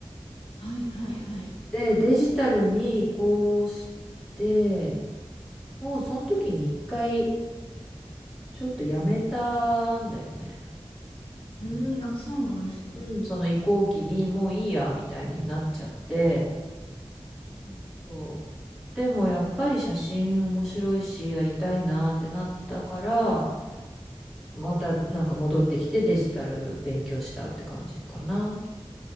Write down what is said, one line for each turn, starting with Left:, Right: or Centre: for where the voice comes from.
Left: あ、はいはいはい。
Centre: で、デジタルに移行して、もうその時に一回ちょっとやめたんだよね。
Left: うん。
Centre: うん
Left: あ、そうなんですね。
Centre: うん、その移行期にもういいやみたいになっちゃって、
Left: うんうん。
Centre: そう。でもやっぱり写真面白いしやりたいなってなったから、
Left: はい。
Centre: またなんか戻ってきてデジタル勉強したって感じかな。